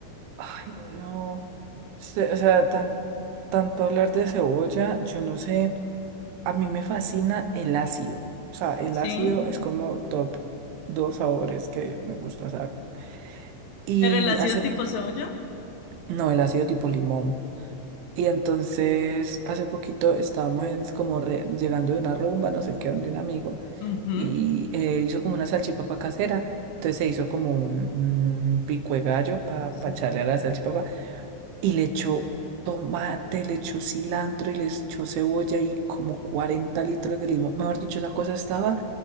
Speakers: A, on the right; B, on the left.
A: Ay, no. Se- O sea, tan, tanto hablar de cebolla, yo no sé. A mí me fascina el ácido. O sea, el
B: Sí,
A: ácido es como top dos sabores que me gustan, o sea, y
B: pero el ácido
A: hace,
B: tipo cebolla.
A: no, el ácido tipo limón. Y entonces hace poquito estábamos en- como re- llegando de una rumba, no sé qué, donde un amigo,
B: Ujú,
A: y eh, hizo como una salchipapa casera. Entonces se hizo como un, un pico de gallo para
B: sí.
A: echarle a la salchipapa. Y le echó tomate, le echó cilantro y le echó cebolla y como 40 litros de limón. Mejor dicho, esa cosa estaba